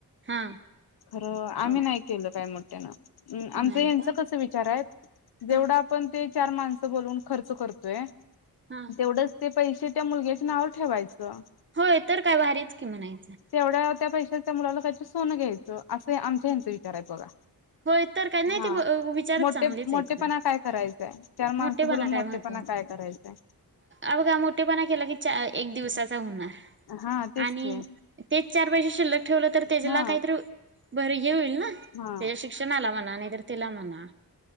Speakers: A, on the right (about 30°); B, on the left (about 80°).
A: हा
B: खरं आम्ही
A: अ
B: नाही केलं काय मोठ्यान. ऊं
A: नाही
B: आमचं यांचं
A: का
B: कस विचार आहेत जेवढ
A: हा
B: आप ण ते चार माणसं बोलवून खर्च करतोय.
A: हा!
B: तेवडच ते पैशे त्या मुलग्याच्या नावव ठेवायचं
A: होय तर काय भारीच की म्हणायचं
B: तेवड्या त्या पैशाच त्या मुलाला कायतर सोनं घ्यायचं असं आमच्या हेंचा विचारएत बगा
A: होय तर काय नाही
B: हा
A: ते विचारच
B: मोटे
A: चांगलेच आहेत
B: मोटेपणा
A: खरं
B: काय करायचाय चार
A: मोठेपणा
B: माणसं बोलवुन
A: काय
B: मोठे
A: महत्वाचा
B: पणा काय करायचाय
A: अ बगा मोटेपणा केलं की चा एक दिवसाचा हुणार
B: हा तेच
A: आणि
B: की
A: तेच चार पैसे शिल्लक ठेवलं तर तेजला
B: हा
A: काइतरी बरं ये होईल ना
B: हा
A: तेजा शिक्षणाला म्हणा नाइतर तेला म्हणा